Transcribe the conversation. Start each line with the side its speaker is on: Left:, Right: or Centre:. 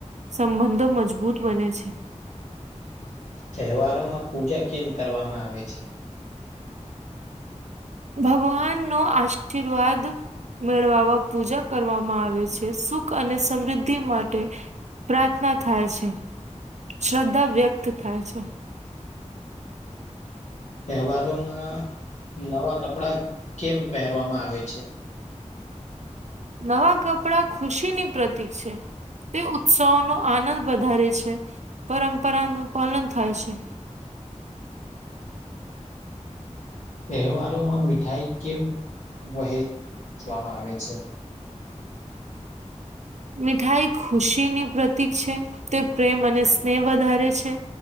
Right: સંબંધો મજબૂત બને છે.
Left: તહેવારોમાં પૂજા કેમ કરવામાં આવે છે?
Right: ભગવાનનો આશીર્વાદ મેળવવા પૂજા કરવામાં આવે છે, સુખ અને સમૃદ્ધિ માટે પ્રાર્થના થાય છે, શ્રદ્ધા વ્યક્ત થાય છે.
Left: તહેવારોમાં નવા કપડા કેમ પહેરવામાં આવે છે?
Right: નવા કપડાં ખુશીની પ્રતિક છે. તે ઉત્સવોનો આનંદ વધારે છે, પરંપરાનું પાલનુ થાય છે.
Left: તહેવારોમાં મીઠાઈ કેમ વહેચવામાં આવે છે?
Right: મીઠાઈ ખુશીની પ્રતિક છે, તે પ્રેમ અને સ્નેહ વધારે છે.